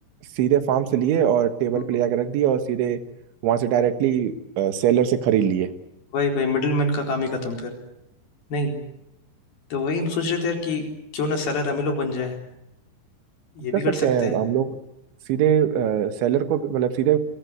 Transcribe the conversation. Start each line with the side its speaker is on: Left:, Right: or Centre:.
Right: सीधे फार्म से लिए और टेबल
Left: हम्म,
Right: पे ले जाके रख दिया और सीधे वहाँ से डायरेक्टली सेलर से खरीद लिए
Left: वही वही मिडिल मैन का काम ही खत्म फिर नहीं तो वही हम सोच रहे थे यार कि क्यों ना सेलर हम ही लोग बन जाए ये भी
Right: कर
Left: कर
Right: सकते
Left: सकते
Right: हैं
Left: हैं
Right: हम लोग सीधे सेलर को भी- मतलब सीधे